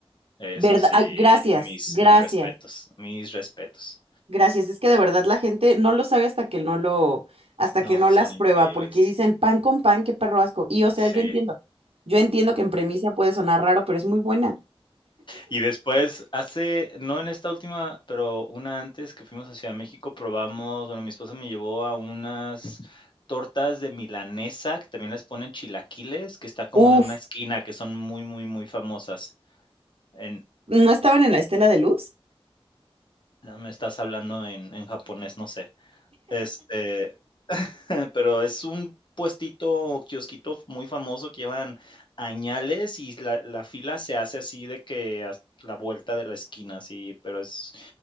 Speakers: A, on the left; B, on the right.
A: Eso
B: ¿Verdad?
A: sí,
B: Ay, gracias,
A: mis
B: gracias.
A: mis respetos, mis respetos.
B: Gracias, es que de verdad la gente no lo sabe hasta que no lo, hasta
A: No,
B: que no
A: son
B: las
A: increíbles.
B: prueba, porque dicen pan con pan, qué perro asco. Y o sea,
A: Sí.
B: yo entiendo, yo entiendo que en premisa puede sonar raro, pero es muy buena.
A: Y después, hace, no en esta última, pero una antes que fuimos a Ciudad de México, probamos, bueno, mi esposa me llevó a unas tortas de milanesa, que también les ponen chilaquiles, que está como
B: Uf,
A: en una esquina, que son muy, muy, muy famosas. En,
B: ¿no estaban en la estela de luz?
A: no, me estás hablando en, en japonés, no sé. Este, <laughs> Pero es un puestito o kiosquito muy famoso que llevan añales y la, la fila se hace así de que a la vuelta de la esquina, así, pero es